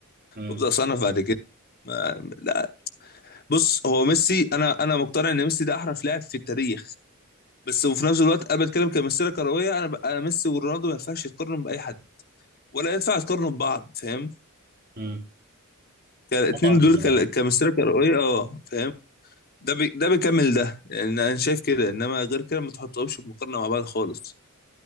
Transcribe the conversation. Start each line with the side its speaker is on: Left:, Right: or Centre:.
Right: امم
Left: وابدا اصنف بعد كده ما لا بص هو ميسي انا انا مقتنع ان ميسي ده احرف لاعب في التاريخ بس وفي نفس الوقت انا بتكلم كمسيره كرويه انا ب... انا ميسي ورونالدو ما ينفعش يتقارنوا باي حد ولا ينفع يتقارنوا ببعض فاهم
Right: امم
Left: كان الاتنين
Right: طبعا
Left: دول كال- كمسيرة كروية اه فاهم ده بي... ده بيكمل ده يعني انا شايف كده انما غير كده ما تحطهمش بمقارنة مع بعض خالص